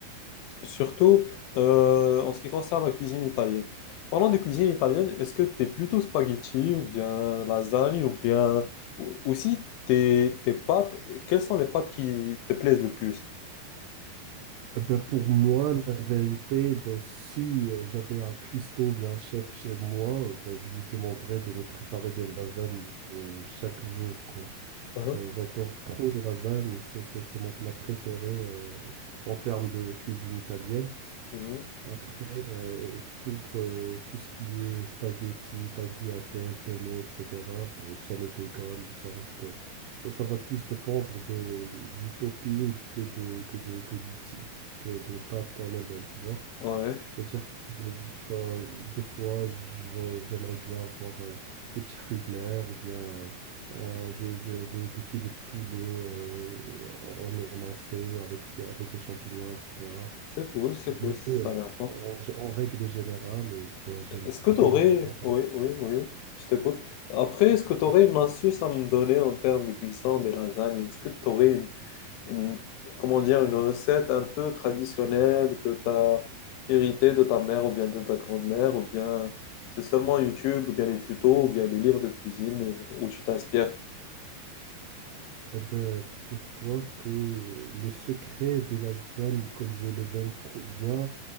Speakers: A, on the left (about 80°); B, on the right (about 75°).
A: surtout euh, en ce qui concerne la cuisine italienne. Parlant de cuisine italienne, est-ce que tu es plutôt spaghetti ou bien lasagne ou bien ou- aussi tes, tes pâtes, quelles sont les pâtes qui te plaisent le plus?
B: Eh ben, pour moi, la vérité, eh ben, si euh, j'avais un cuistot ou bien un chef chez moi, euh, ben, je lui demanderais de me préparer des lasagnes euh, chaque jour, quoi.
A: Mhm,
B: Eh Ben, j'adore trop les lasagnes, c'est, c'est, c'est mon plat préféré euh, en termes de cuisine italienne.
A: mhm, mhm.
B: Après, euh, pour euh, tout ce qui est spaghetti, tagliatelle, penne, etc., peu- ça m'est égal. Ça reste, ça, ça va plus dépendre de, du topping que, de, que, de, que du type de pâte en elle-même, tu vois.
A: Ouais,
B: C'est-à-dire que enfin, des fois, je- j'aimerais bien avoir euh, des petits fruits de mer ou bien euh, un- des, des- des- des filets de poulet euh, en émincé avec, ce- avec des champignons, etc.
A: c'est cool, c'est cool,
B: Mais
A: ça
B: euh,
A: a l'air bon.
B: en, g- en règle générale, euh, bah, j'aime
A: Est-ce que
B: trop
A: tu aurais...
B: les lasagnes.
A: Oui, oui, oui, oui, je t'écoute. Après, est-ce que tu
B: Ouais.
A: aurais une astuce à me donner en termes de cuisson des lasagnes? Est-ce que tu aurais une, une- comment dire, une recette un peu traditionnelle que tu as héritée de ta mère ou bien de ta grand-mère ou bien c'est seulement YouTube ou bien les tutos ou bien les livres de cuisine où tu t'inspires?
B: Eh ben, figure-toi que le secret des lasagnes, comme je les aime trop bien,